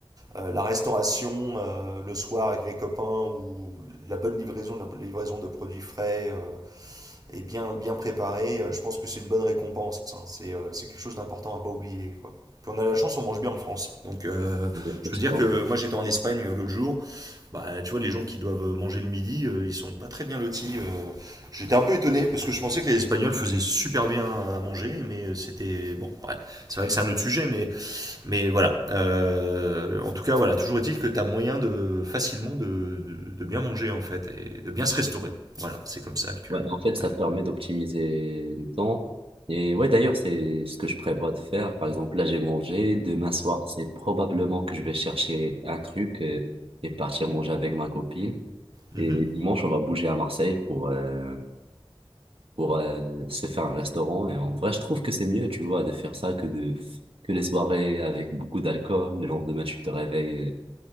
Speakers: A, on the right (about 40°); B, on the right (about 75°).
A: euh, la restauration euh, le soir avec les copains ou la bonne livraison, la livraison de produits frais euh, et bien, bien préparés, euh, je pense que c'est une bonne récompense. hein. C'est euh, c'est quelque chose d'important à pas oublier, quoi. Puis on a la chance, on mange bien en France. Donc euh,
B: Exactement.
A: je peux dire que moi j'étais en Espagne euh, l'autre jour, bah, tu vois les gens qui doivent euh, manger le midi, euh, ils sont pas très bien lotis. euh. J'étais un peu étonné parce que je pensais que les Espagnols faisaient super bien à manger, mais euh, c'était bon, ouais, c'est vrai que c'est un autre sujet, mais mais voilà, euh, en tout cas, voilà, toujours est-il que tu as moyen de facilement de, de, de, bien manger en fait et de bien se restaurer. Voilà, c'est comme ça que.
B: Ouais,
A: Ouais,
B: en fait, ça te permet d'optimiser le temps. Et ouais, d'ailleurs, c'est ce que je prévois de faire. Par exemple, là, j'ai mangé. Demain soir, c'est probablement que je vais chercher un truc euh, et partir manger avec ma copine.
A: Mhm.
B: Et dimanche, on va bouger à Marseille pour, euh, pour euh, se faire un restaurant. Et en vrai, je trouve que c'est mieux, tu vois, de faire ça que de que les soirées avec beaucoup d'alcool. Le lendemain, tu te réveilles